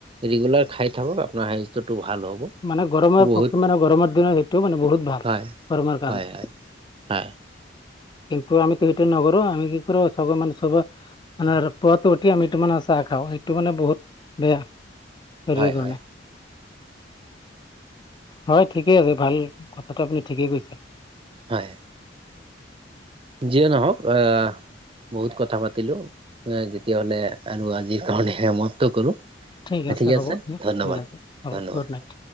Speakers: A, on the right; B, on the left.
A: ৰেগুলাৰ খাই থাকক আপোনাৰ সাহিষ্ট্যটো ভাল হ'ব।
B: মানে গৰমৰ <unintelligible>
A: বহুত
B: মানে গৰমৰ দিনৰ সেইটো মানে বহুত ভাল,
A: হয়
B: গৰমৰ কাৰণে।
A: হয় হয় হয়
B: কিন্তু আমিটো সেইটো নকৰো, আমি কি কৰো চবে মানে চবে মানে পুৱাটো উঠি আমিটো মানে চাহ খাওঁ, এইটো মানে বহুত বেয়া শৰীৰ
A: হয়
B: কাৰণে।
A: হয়
B: হয়, ঠিকেই আছে ভাল কথাটো আপুনি ঠিকেই কৈছে।
A: হয়। যিয়ে নহওঁক আহ বহুত কথা পাতিলোঁ, তেতিয়াহ'লে আৰু আজিৰ কাৰণে সমাপ্ত কৰো।
B: ঠিক
A: ঠিকে
B: হ'ব
A: আছে
B: দিয়ক,
A: ধন্যবাদ-ধন্যবাদ।
B: ঠিক আছে হ'ব গুড নাইট